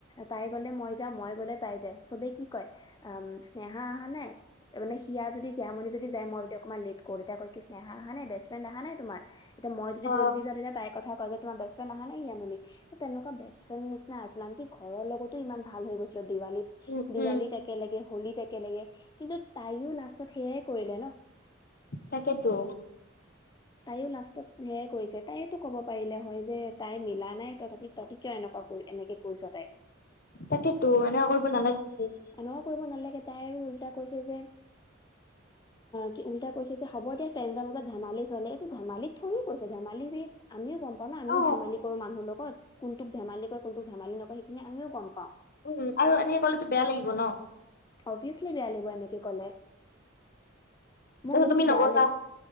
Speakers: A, on the left (about 20°); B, on the left (about 50°).
A: তাই গলে মই যাও মই গলে তাই যাই চবে কি কয় উম স্নেহা অহা নাই মানে সিয়া যদি সিয়ামণি যদি যায় মই যদি অকমান লেট কো তেতিয়া ক কি স্নেহা অহা নাই বেষ্ট ফ্ৰেণ্ড অহা নাই তোমাৰ <unintelligible> তেতিয়া মই যদি
B: অ
A: জল্দি যাও তেতিয়া তাই কথা কয় যে তোম বেষ্ট ফ্ৰেণ্ড অহা নাই সীয়ামণি তেনেকুৱা বেষ্ট ফ্ৰেণ্ড নিচ- চিনা আছিল আনকি ঘৰৰ লগতো ইমান ভাল হৈ গৈছে দিৱালীত
B: উম
A: দিৱালীত
B: উম
A: একেলগে হোলীত এক একেলগে কিন্তু তাইও লাষ্টত সেয়াই কৰিলে ন
B: তাকেইতো
A: তাইও লাষ্টত সেয়াই কৰিছে তাইওতো কব পাৰিলে হয় যে তাই মিলা নাই তটি তহঁতি কিয় এনেকুৱা এনেকে কৰিছ তাইক
B: তাকেই -টো এনেকুৱা কৰিব নালাগিছিল
A: এনেকুৱা কৰিব নালাগে তাই আৰু উল্টা কৈছে যে কি উল্টা কৈছে যে হ'ব দিয়া ফ্ৰেণ্ডৰ মাজত ধেমালি চলে এইটো ধেমালিত থৰি কৈছে ধেমালি আমিও গম প <unintelligible> ন আমিও
B: অ
A: ধেমালি কৰো মানুহ লগত কোনটোক ধেমালি কয় কোনটোক ধেমালি নকয় সেইখিনি আমিও গম পাওঁ
B: উম আৰু এনেকে ক'লেতো বেয়া লাগিব ন
A: অভিয়াচলি বেয়া লাগিব এনেকে কলে মোৰ
B: তাৰপিছত
A: বহুত
B: তুমি
A: বেয়া
B: নগলা
A: লাগিছে